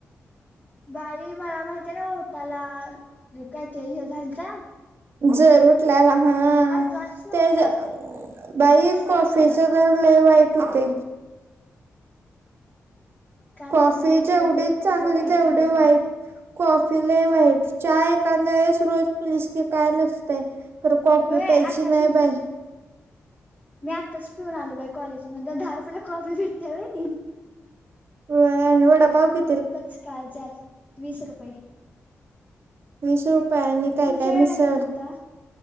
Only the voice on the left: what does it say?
बाई मला माहती आहे ना ओटाला काय ते हे झालत.
जातच नव्हता
कसला
उठलेला
काय
माहित नाही खरं
लय कसलं
वाईट
झालत
ते
व्हय
आत्ताच
मी
मी आत्ताच पिऊन आलो बाई कॉलेज मध्ये दहा रुपयेला कॉफी भेटत्या होई नई.
पचका हजार, वीस रुपये.
तुमच्या
वेळेला किती होता